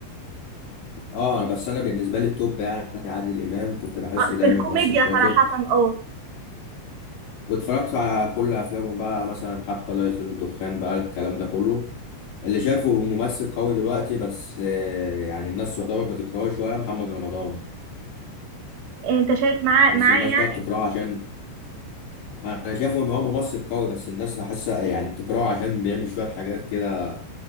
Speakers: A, on the left; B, on the right.
A: اه انا بس انا بالنسبه لي التوب يعني عادل امام كنت بحسه
B: آه،
A: دايما
B: في الكوميديا
A: ممثل شاطر
B: صراحه اه
A: واتفرجت على كل افلامه بقى مثلا حتى لا يطير الدخان بقى الكلام ده كله اللي شافه ممثل قوي دلوقتي بس آه، يعني الناس يعتبر بتكرهه شويه محمد رمضان
B: انت شايف معاه
A: بس
B: معاه
A: الناس
B: يعني
A: بقى بتكرهه عشان انا شايفه ان هو ممثل قوي بس الناس بحسها يعني بتكرهه عشان بيعمل شويه حاجات كده